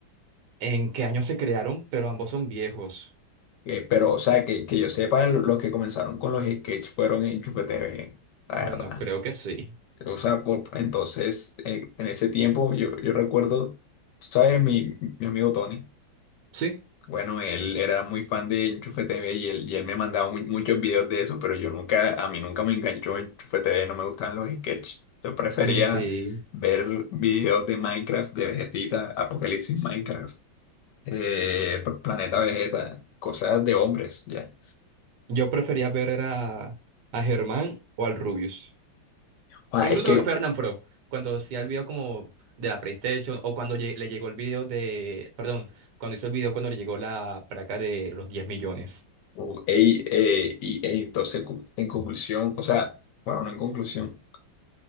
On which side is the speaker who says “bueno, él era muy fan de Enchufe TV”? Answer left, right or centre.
Left